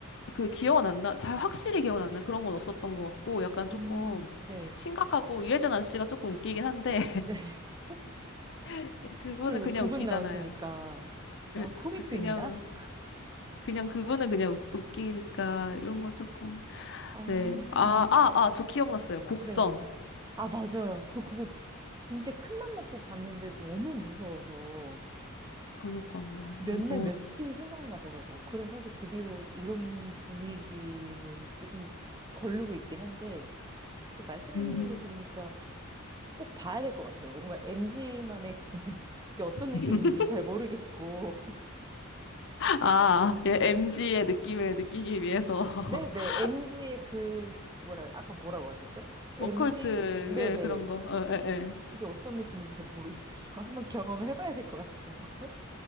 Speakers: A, on the left; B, on the right.
A: 그 기억은 안 나. 잘 확실히 기억은 안 나. 그런 건 없었던 것 같고 약간 조금
B: 음, 네,
A: 심각하고 유해진 아저씨가 조금 웃기긴 한데
B: 네. <laughs>
A: <laughs> 그거는
B: 그,
A: 그냥
B: 그분
A: 웃기잖아요.
B: 나오시니까. 그래서,
A: 예,
B: 아,
A: 그,
B: 코믹도
A: 그- 그냥
B: 있나?
A: 그냥 그분은 그냥 웃- 웃기니까 이런 거 조금
B: 어,
A: 네. 아, 음. 아, 아, 저 기억났어요. 곡성.
B: 네. 아, 맞아요. 저 그거 진짜 큰 맘 먹고 봤는데 너무 무서워서
A: 그니까요.
B: 몇
A: 이거
B: 날 며칠 생각나더라고요. 그래서 사실 그 뒤로 이런 분위기는 조금 걸르고 있긴 한데, 근데 말씀해주신
A: 음.
B: 거 들으니까 꼭 봐야 될 것 같아요. 뭔가 MG만의 그런 <laughs> 게 어떤 느낌인지도
A: <laughs>
B: 잘 모르겠고.
A: 아, 예, MG의
B: <laughs>
A: 느낌을 느끼기 위해서
B: 네네,
A: <laughs>
B: MG의 그, 뭐라, 아까 뭐라고 하셨죠? MG?
A: 오컬트
B: 네네.
A: 예, 그런 거. 어, 예, 예.
B: 그게 어떤 느낌인지 잘 모르겠어요. <laughs> 한번 경험을 해봐야 될 것 같아요. <laughs>